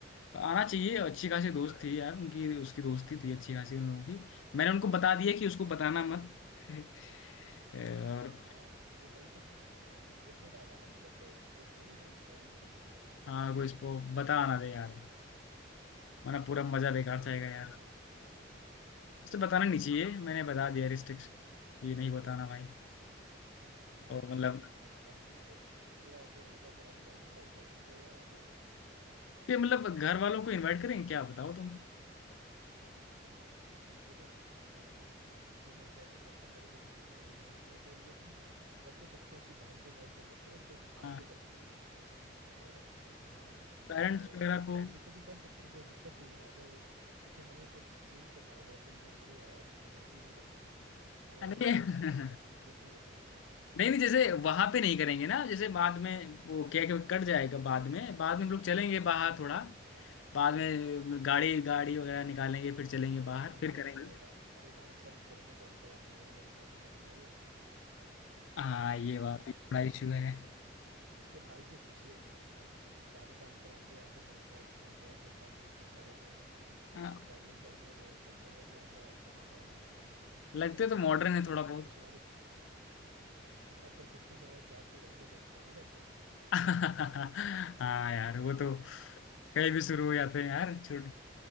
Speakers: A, on the left (about 75°); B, on the right (about 80°).
A: पर आना चाहिए
B: हाँ
A: अच्छी
B: ये
A: खासी
B: तो
A: दोस्त
B: है
A: थी यार उनकी उसकी
B: हाँ
A: दोस्ती थी अच्छी खासी उन लोगों की मैंने उनको बता दिया कि उसको
B: हाँ
A: बताना
B: हाँ, तो-
A: मत <laughs> और
B: हाँ हाँ अरे भाई तो ग्रुप में डाला है ना तो सबको बोल देना कि कोई स्पॉइल ना कर दे
A: हाँ कोई इसको बता ना दे यार
B: हाँ
A: वरना पूरा
B: तो वो
A: मजा
B: प्रॉब्लम
A: बेकार
B: हो जाएगा
A: जाएगा
B: वो बता देगा
A: उसे
B: हाँ
A: बताना
B: इसलिए
A: नहीं चाहिए
B: कभी उसको
A: मैंने
B: पता
A: बता
B: है
A: दिया रिस्ट्रिक्ट कि नहीं बताना भाई
B: तो लेकिन
A: और मतलब
B: सही करने को बताया नहीं नहीं तो पूरा वो मजा खराब हो जाएगा ना भाई पकड़ते तो है और तो
A: कि मतलब घर वालों को इनवाइट करेंगे क्या बताओ तुम
B: आ, देखो आ, इस पे मैं कह सकता हूँ घर वालों को इनवाइट करें या नहीं मैं कहूंगा कि कर तो सकते हैं उसकी बहन को इनवाइट कर सकते हैं उसके भाई
A: हाँ
B: को कर सकते हैं और अगर हाँ और
A: पेरेंट्स वगैरह
B: पापा
A: को
B: मम्मी
A: हाँ,
B: को भी कर सकते हैं कोई दिक्कत नहीं है अगर तो फिर हमें कुछ चेंज करना होगा फिर हम थोड़ी आयास- अय्यासी नहीं कर सकते हैं ना घर वाले
A: नहीं
B: रहेंगे
A: <laughs>
B: तो थोड़ा लिमिट में बर्थडे मनाना पड़ेगा
A: नहीं नहीं जैसे वहां पे नहीं करेंगे ना जैसे बाद में वो केक कट जाएगा बाद में बाद में हम लोग चलेंगे बाहर थोड़ा बाद में गाड़ी गाड़ी वगैरह निकालेंगे फिर चलेंगे
B: तो फिर
A: बाहर
B: डांस
A: फिर
B: वांस
A: करेंगे
B: रहेगा अरे डांस वांस करेंगे तो अंकल आंटी रहेंगे तो कैसे करेंगे
A: हाँ ये
B: हाँ
A: बात
B: हाँ
A: भी थोड़ा इशू है
B: इसके भाई से पूछ ले एक बार क्या पता अंकल आंटी आके कंफर्ट कंफर्ट हो पाए ना फिर सारे दोस्त कुछ
A: हाँ
B: प्रॉब्लम कर दिए तो बर्थडे में थोड़ा सा तमाशा ना हो जाए
A: लगते
B: प्रॉब्लम
A: तो मॉडर्न
B: ये भी है
A: है
B: ना
A: थोड़ा बहुत
B: कुछ कुछ हमारे हाँ पर कुछ कुछ हमारे क्लास के लड़के देखते हो ना कैसे हैं।
A: <laughs> हाँ यार वो तो
B: तो
A: कहीं भी शुरू हो जाते हैं यार छोड़